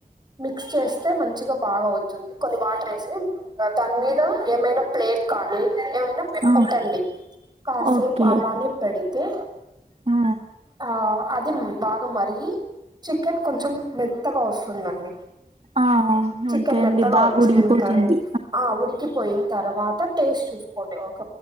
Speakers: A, on the right; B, on the right.
A: మిక్స్ చేస్తే మంచిగా బాగా అవుతుంది కొన్ని వాటర్ వేసి దాని మీద ఏమైనా ప్లేట్ కానీ ఏమైనా పెట్టండి
B: ఆ
A: కాసేపు
B: ఓకే
A: అలానే పెడితే
B: ఆ
A: ఆ అదేండి బాగా మరిగి చికెన్ కొంచెం మెత్తగా వస్తుందండి
B: ఆ
A: చికెన్
B: ఓకే
A: మెత్తగా
B: అండి బాగా
A: వచ్చిన్
B: ఉడికిపోతుంది
A: తర్వా ఆ ఉడికి పోయిన తర్వాత టేస్ట్ చూసుకోండి ఒక